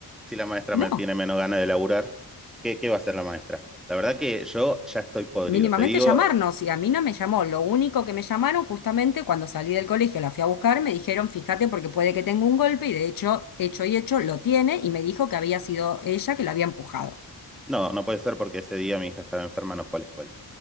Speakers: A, in the centre; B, on the left.
A: Si la maestra
B: No,
A: me tiene menos ganas de laburar, ¿qué, qué va a hacer la maestra? La verdad que yo ya estoy podrido.
B: mínimamente
A: Te digo,
B: llamarnos y a mí no me llamó. Lo único que me llamaron justamente cuando salí del colegio, la fui a buscar, me dijeron, fíjate porque puede que tenga un golpe y de hecho, hecho y hecho, lo tiene y me dijo que había sido ella que la había empujado.
A: no, no puede ser porque ese día mi hija estaba enferma, no fue a la escuela.